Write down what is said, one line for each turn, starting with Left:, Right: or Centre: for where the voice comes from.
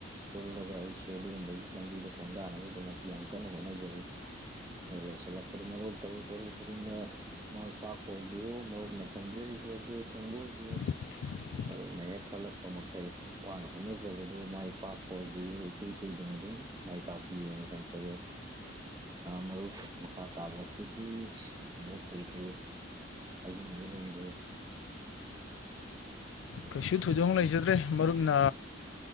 Right: ꯄꯨꯜꯒ ꯑꯩꯁꯨꯑꯗꯨꯒꯨꯝꯕꯒꯤ ꯂꯝꯕꯤꯗ ꯈꯣꯡꯗꯥꯅꯕꯒꯤꯗꯃꯛꯇ ꯌꯥꯝ ꯀꯟꯅ ꯍꯣꯠꯅꯖꯔꯤ ꯂꯁꯂ ꯀꯔꯤ ꯃꯔ ꯇꯧꯨ ꯇꯧꯔꯨ ꯀꯔꯤꯅ ꯃꯥ ꯄꯥꯛ ꯑꯣꯏ ꯃꯊꯪꯖꯔꯤ ꯕꯣ ꯊꯦꯡꯕꯣꯕꯨ
Left: <unintelligible> <inaudible>
Right: ꯃꯔꯨꯅ ꯍꯦꯛ ꯈꯜꯂꯛꯄ ꯃꯈꯩ ꯋꯥꯅ ꯍꯣꯠꯅꯖꯕꯗꯨ ꯃꯥꯏ ꯄꯥꯛꯄ ꯑꯣꯏꯕꯤꯎ ꯏꯀꯨ ꯀꯨꯏꯗꯅ ꯑꯗꯨ ꯃꯥꯏ ꯀꯥꯐꯤ ꯀꯟ ꯆꯒꯦ ꯃꯔꯨꯞ ꯃꯈꯥ ꯇꯥꯕꯕꯁꯤꯗꯤ ꯑꯃꯨꯛ ꯀꯔꯤ ꯀꯔꯤ ꯍꯥꯏꯒ ꯂꯩꯕ
Left: ꯀꯩꯁꯨ ꯊꯣꯏꯗꯣꯛ ꯂꯩꯖꯗ꯭ꯔꯦ ꯃꯔꯨꯞꯅ